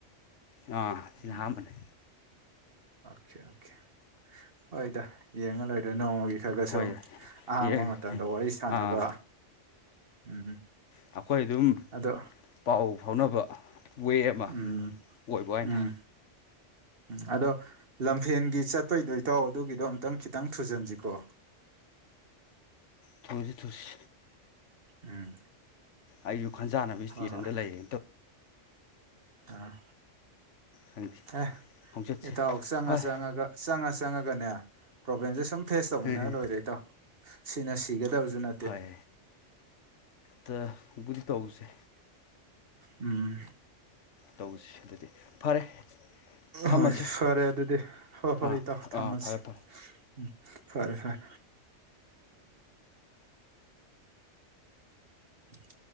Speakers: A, on the left (about 70°); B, on the right (about 50°).
A: ꯑꯥ
B: ꯎꯝ
A: ꯁꯤꯅ ꯑꯍꯥꯟꯕꯅꯦ
B: <unintelligible> ꯑꯣꯀꯦ ꯑꯣꯀꯦ ꯍꯣꯏꯗ ꯌꯦꯡꯉ ꯂꯣꯏꯔꯣꯏ ꯅꯣꯡꯃꯒꯤ ꯈ꯭ꯔ ꯈ꯭ꯔꯒ
A: ꯍꯣꯏ
B: ꯁꯨꯝ ꯑꯍꯥꯡꯕ
A: ꯌꯦ
B: ꯃꯇꯝꯗ ꯋꯥꯔꯤ ꯁꯥꯟꯅꯕ
A: ꯑꯥ
B: ꯎꯝ
A: ꯑꯩꯈꯣꯏ ꯑꯗꯨꯝ
B: ꯑꯗꯣ
A: ꯄꯥꯎ ꯐꯥꯎꯅꯕ ꯋꯦ ꯑꯃ
B: ꯎꯝ
A: ꯑꯣꯏꯕ ꯋꯥꯅꯤꯗ
B: ꯎꯝ ꯎꯝ ꯑꯗꯣ ꯂꯝꯐꯦꯟꯒꯤ ꯆꯠꯄꯩꯗꯣ ꯏꯇꯥꯎ ꯑꯗꯨꯒꯤꯗꯣ ꯑꯝꯇꯪ ꯈꯤꯇꯪ ꯊꯨꯖꯟꯁꯤꯀꯣ
A: ꯊꯨꯁꯤ ꯊꯨꯁꯤ
B: ꯎꯝ
A: ꯑꯩꯁꯨ ꯈꯟꯖꯥꯟꯅꯕ ꯏꯁꯇꯦꯁ
B: ꯍꯣꯏ ꯍꯣꯏ
A: ꯑꯃꯗ ꯂꯩꯔꯦꯅꯦ
B: ꯑꯥ
A: ꯈꯪꯗꯦ
B: ꯑꯦ
A: ꯈꯣꯡꯆꯠꯁꯦ
B: ꯏꯇꯎ ꯆꯪꯉ
A: ꯐꯔꯦ
B: ꯆꯪꯉꯒ ꯆꯪꯉ ꯆꯪꯉꯒꯅꯦ ꯄ꯭ꯔꯣꯕ꯭ꯂꯦꯝꯁꯦ ꯁꯨꯝ ꯐꯦꯁ ꯇꯧꯃꯤꯟꯅꯔ
A: ꯎꯝ
B: ꯂꯣꯏꯔꯦ ꯏꯇꯥꯑꯣ ꯁꯤꯅ ꯁꯤ <unintelligible>
A: ꯍꯥꯏ ꯇꯧꯕꯨꯗꯤ ꯇꯧꯎꯁꯦ
B: ꯎꯝ
A: ꯇꯧꯁꯤ ꯑꯗꯨꯗꯤ ꯐꯔꯦ ꯊꯝꯃꯁꯦ
B: ꯍꯣꯏ ꯐꯔꯦ ꯑꯗꯨꯗꯤ ꯍꯣꯏ ꯍꯣꯏ
A: ꯑꯥ
B: ꯏꯇꯥꯎ ꯊꯝꯃꯁꯤ
A: ꯑꯥ ꯐꯔꯦ ꯐꯔꯦ
B: ꯎꯝ ꯐꯔꯦ ꯐꯔꯦ <unintelligible>